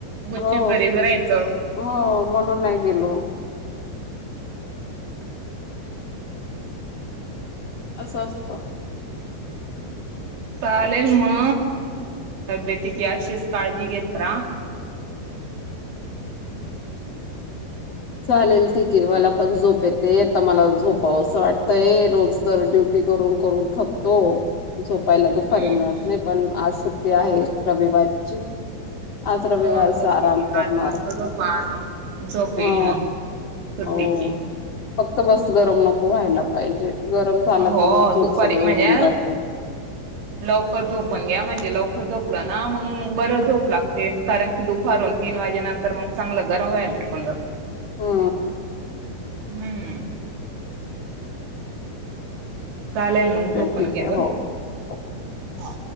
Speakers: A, on the right (about 80°); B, on the left (about 60°).
A: गुपचूप
B: हो
A: घरीच राहायचं
B: हो, म्हणून नाही गेलो. असं असतं.
A: चालेल म तबेतिची अशिच काळजी घेत रहा.
B: चालेल ठीके मला पण झोप येते आता मला झोपावं असं वाटतंय रोज तर ड्यु टी करून करून थकतो झो पहिल्यांदा
A: हम्म
B: <unintelligible> मी पण आज सुट्टी आहे रविवारची. आज रविवारचा
A: हो झोपून
B: आराम
A: घ्या
B: करणार
A: आज मस्त झोपा झोप
B: ह
A: येईल मग सुट्टीची.
B: हो फक्त बस गरम नको व्हायला पाहिजे गरम झालं
A: हो
B: का मग झोप
A: दुपारी
B: सगळी
A: म्हणजे
B: उडून जाते.
A: लवकर झोपून घ्या म्हणजे लवकर झोपलं ना मग बर झोप लागते कारण की दु भरून तीन वाजे नंतर मग चांगलं गरम व्हाय <unintelligible> जाते.
B: हा.
A: हम्म चालेल मग झोपून
B: ठीक
A: घ्या
B: आहे
A: बर.
B: हो हो
A: हा